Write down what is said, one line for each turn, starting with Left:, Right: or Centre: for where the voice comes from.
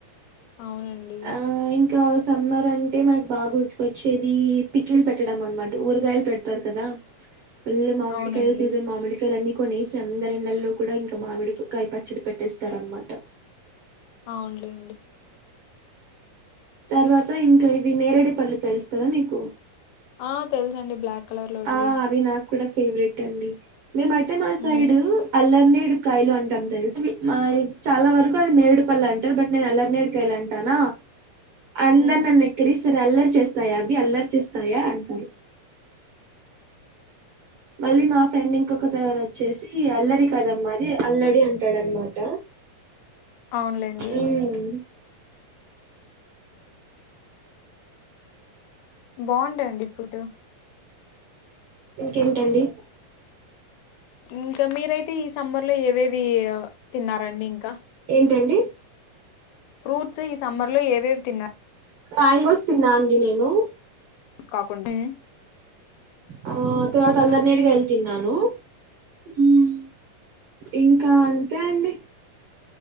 Left: అవునండి.
Right: ఆ ఇంకా సమ్మర్ అంటే మనకు బాగా గుర్తుకొచ్చేది పిక్కిల్ పెట్టడం అనమాట ఊరగాయలు పెడతారు కదా ఫుల్ మామిడికాయల
Left: అవునండి.
Right: సీజన్ మామిడికాయలు అన్ని కొనేసి అందరిళ్లలో కూడా ఇంకా మామిడికాయ పచ్చడి పెట్టేస్తారు అన్నమాట
Left: అవున్లే
Right: తర్వాత ఇంకా ఇవి నేరడీపళ్ళు తెలుసు కదా మీకు
Left: ఆ తెలుసు అండి బ్లాక్ కలర్ లోటివి
Right: ఆ అవి నాకు కూడా ఫేవరెట్ అండి మేమైతే మా
Left: హ్మ్.
Right: సైడ్ అల్లని మీరేడికాయలు అంటం తెలుసా మా చాలా వరకు అది నేరేడు పళ్ళు అంటారు బట్ నేను అల్లరినేడుకాయలు అంటాన అందరు
Left: హ్మ్.
Right: నన్ను ఎక్కిరిస్తారు సరే అల్లరి చేస్తాయా అవి అల్లరి చేస్తాయా అంటారు మళ్ళీ మా ఫ్రెండ్ ఇంకొకతను వచ్చేసి అల్లరి కదమ్మా అది అల్లడి అంటాడనమాట.
Left: అవునులేండి
Right: ఊమ్
Left: బావుండే అండి ఫోటో
Right: ఇంకేంటండి
Left: ఇంకా మీరయితే ఈ సమ్మర్ లో ఏవేవి అ తిన్నారండి ఇంకా?
Right: ఏంటండి
Left: ఫ్రూట్స్ ఈ సమ్మర్లో ఏవేవి తిన్నా
Right: మ్యాంగోస్ తిన్నా అండి నేను
Left: స్ కాకుండే
Right: ఆ తర్వాత అల్లనేరేడు కాయలు తిన్నాను ఉమ్ ఇంకా అంతే అండి